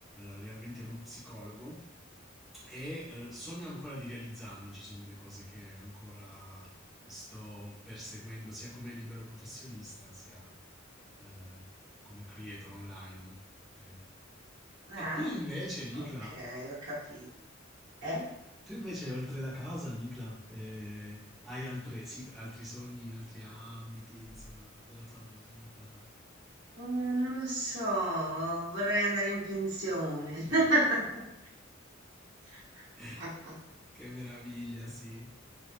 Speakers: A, in the centre; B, on the right.
A: realmente uno psicologo e eh, sogno ancora di realizzarmi, ci sono delle cose che ancora sto perseguendo sia come libero professionista sia eh, come creator online. ok?
B: Eh?
A: E tu invece, Nicla,
B: Ok, ho capito. Eh?
A: tu invece oltre la casa, Nicla, eh, hai altre- sì, altri sogni in altri ambiti, insomma, della tua vita?
B: Eh, non lo so, vorrei andare in pensione. <laughs> <laughs>
A: <laughs> Che meraviglia, sì.